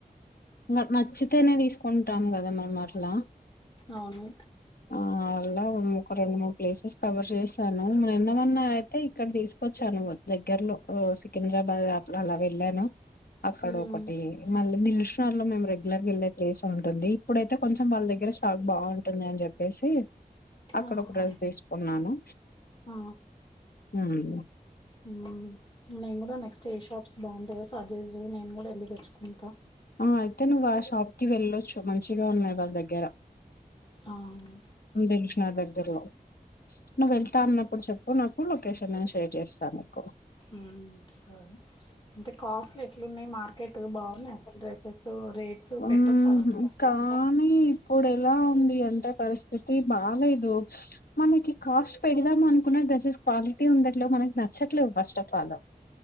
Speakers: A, on the left (about 75°); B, on the left (about 30°).
A: నాకు నచ్చితేనే తీసుకు టం కదా మనమట్లా
B: అవును
A: ఆ అలా ఒక రెండు, మూడు ప్లేసెస్ కవర్ చేశాను. నిన్న మొన్నా అయితే ఇక్కడ తీసుకొచ్చాను. దగ్గరలో సికింద్రాబాద్ అప్పుడు అలా వెళ్ళాను, అక్కడ
B: ఉమ్,
A: ఒకటి మళ్ళీ దిల్షర్లో మేము రెగ్యులర్గా వెళ్ళే ప్లేస్ ఉంటుంది ఇప్పుడైతే కొంచెం వాళ్ళ దగ్గర ఇడ స్టాక్ బాగుంటుంది అని చెప్పేసి అక్కడ
B: ఆహా,
A: ఒక డ్రెస్ తీసుకున్నాను
B: ఆ,
A: మ్మ్
B: ఉమ్, నేను కూడా నెక్స్ట్ ఏ షాప్స్ బాగుంటాయో సజేజ్ చేయ్ నేను కూడా వెళ్ళి తెచ్చుకుంటా
A: ఆ అయితే నువ్వు ఆ షాపుకి వెళ్ళొచ్చు మంచిగా ఉన్నాయి వాళ్ళ దగ్గర
B: అవునా
A: దిల్శ్ నగర్ దగ్గరలో నువ్వు వెళ్తా అన్నప్పుడు చెప్పు నాకు లొకేషన్ నేను షేర్ చేస్తాను నీకు
B: హ్మ్. సరే. అంటే కాస్ట్లు ఎట్లున్నాయి మార్కెట్ బాగున్నాయి అసలు డ్రెస్సెస్ సో రేట్స్
A: ఉమ్
B: పెట్టొచ్చా వాటికి అసలంత
A: కానీ <unintelligible> అంటే పరిస్థితి బాలేదు మనకి కాస్ట్ పెడదామనుకునే డ్రసెస్ క్వాలిటీ ఉండట్లే మనకు నచ్చట్లే ఫస్టఫాల్